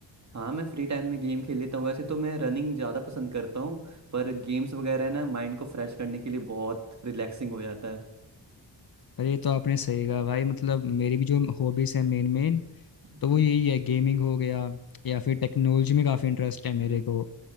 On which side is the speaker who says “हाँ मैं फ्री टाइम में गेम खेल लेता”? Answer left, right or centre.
Right